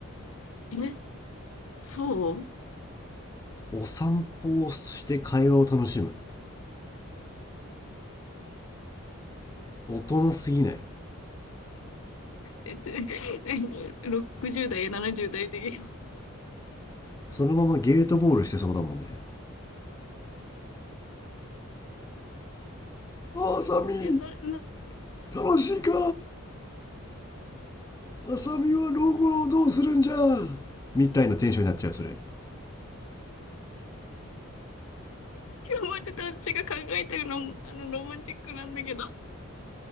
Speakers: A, on the left (about 70°); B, on the left (about 15°).
A: え、そう
B: お散歩をして会話を楽しむ大人すぎない
A: え、<laughs> え、60代、70代的。い
B: そのままゲートボールしてそうだもんねあさみ
A: や、それの、
B: 楽しいかあさみは老後をどうするんじゃみたいなテンションになっちゃうそれ
A: もうちょっと私が考えてるの、あの、ロマンチックなんだけど、も